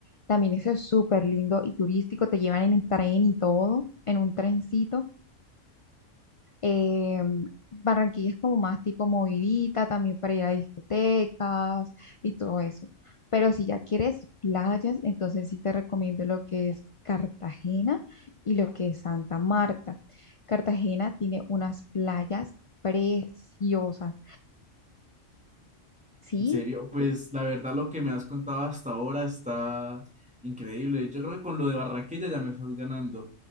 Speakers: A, on the left; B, in the centre.
A: También eso es súper lindo y turístico. Te llevan en el tren y todo, en un trencito. Eh, Barranquilla es como más tipo movidita, también para ir a discotecas y todo eso. Pero si ya quieres playas, entonces sí te recomiendo lo que es Cartagena y lo que es Santa Marta. Cartagena tiene unas playas preciosas. Sí,
B: En serio, pues la verdad lo que me has contado hasta ahora está increíble. Yo creo que con lo de Barranquilla ya me estás ganando.